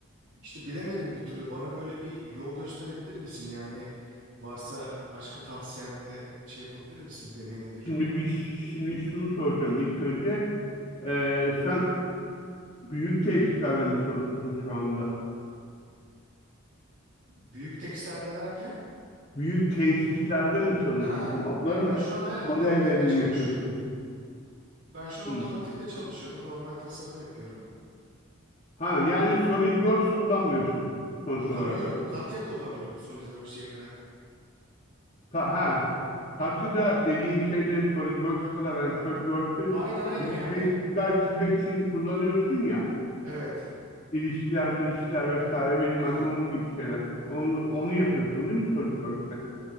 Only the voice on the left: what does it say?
Şimdi
bir şimdi şunu soracağım ilk önce. Ee, sen büyük tesislerde mi çalışıyorsun şu anda?
Büyük tesislerde mi çalışıyorsun?
Onların
modellerini
mi yapıyorsun.
Hı.
Ha yani
SolidWorks kullanmıyorsun sonuç
olarak.
Ha, ha. Katya'da dediğin şeyle SolidWorks kadar yani SolidWorks'ı
büyük
tesisler çizmek için kullanıyorsun ya.
İlişkiler, milişkiler vesaire bilmem
ne onun gibi şeyler. Onu, onu yapıyorsun değil mi SolidWorks'te?